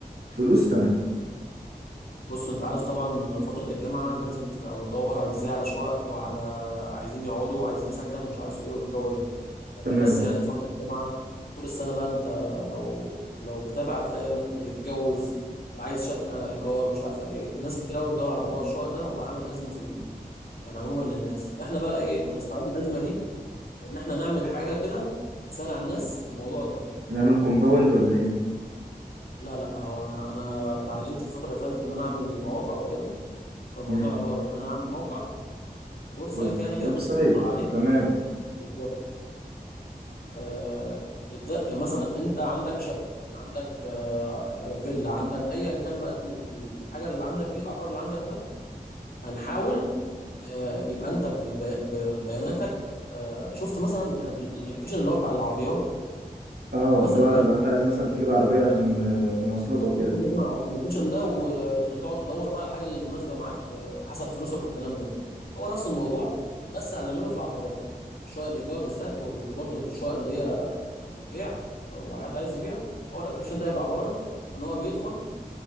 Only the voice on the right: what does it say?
فلوس تمام
تمام
نعمل كومباوند ولا ايه
مم.
ويب
ويب
سايت
تمام
اه
لو
لو انت عايز مثلا تجيب عربية عشان آه، مواصلات او كده